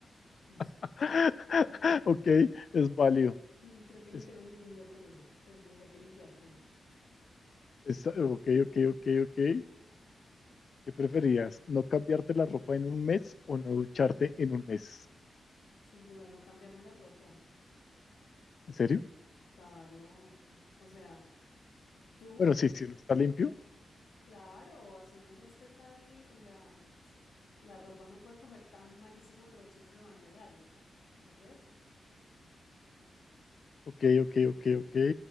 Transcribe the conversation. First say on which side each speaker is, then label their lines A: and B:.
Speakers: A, on the left; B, on the left.
A: Eso.
B: <laughs>
A: mm,
B: Ok, es válido.
A: mm, creo que no
B: Está-
A: tengo ningún lío con eso. Pues como que hay que limpiar, punto.
B: está- ok, ok, ok, ok. ¿Qué preferías? ¿No cambiarte la ropa en un mes o no ducharte en un mes?
A: Sin duda, no cambiarme la ropa.
B: ¿En serio?
A: Claro. O sea, ¿tú?
B: Bueno, sí, si uno está limpio.
A: Claro, o así uno no esté tan limpio, o sea, si- la ropa no puede coger tan malísimo olor si uno se baña a diario, ¿no crees?
B: Ok, ok, ok, ok.